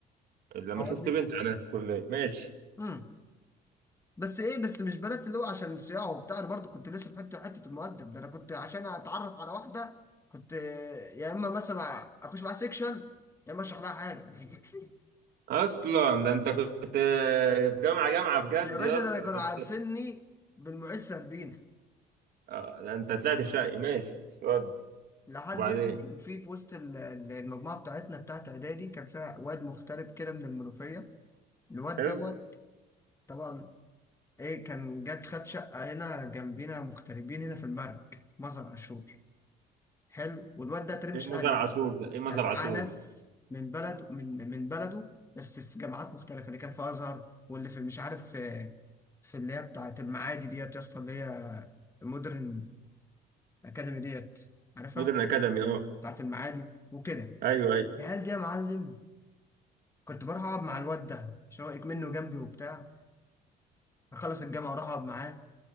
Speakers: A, on the right (about 65°); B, on the left (about 15°).
A: لما
B: فاهم
A: شفت
B: قصدي؟
A: بنت انا في الكلية ماشي
B: امم بس إيه بس مش بنات اللي هو عشان صياعه وبتاع أنا برضه كنت لسه في حتة حتة المؤدب ده أنا كنت عشان أتعرف على واحدة كنت آه، يا إما مثلا أخش معاها سيكشن يا إما أشرح لها حاجة <laughs>
A: اصلا ده انت كنت آه، في جامعة جامعة بجد
B: يا باشا
A: يا اسطى
B: ده أنا كانوا
A: ده انت
B: عارفيني بالمعيد سردينة
A: آه، ده انت طلعت شقي ماشي ود
B: لحد
A: وبعدين
B: يا ابني كان في في وسط ال- ال- المجموعة بتاعتنا بتاعت إعدادي كان فيها واد مغترب كده من المنوفية الواد
A: حلو
B: دوت طبعا ايه كان جت خد شقة هنا جنبينا مغتربين هنا في المرج مزرعة عاشور حلو والواد ده تري مش
A: ايه مزار
B: اهله
A: عاشور ده ايه مزار
B: كان
A: عاشور
B: معاه ناس
A: ده
B: من بلده من من بلده بس في جامعات مختلفة اللي كان في أزهر واللي في مش عارف في, في اللي هي بتاعة المعادي ديت يا اسطى اللي هي مودرن أكاديمي ديت عارفها
A: مودرن اكاديمي اه
B: بتاعة المعادي وكده
A: ايوه ايوه
B: العيال دي يا معلم كنت بروح أقعد مع الواد ده عشان هو منه جنبي وبتاع أخلص الجامعة وأروح أقعد معاه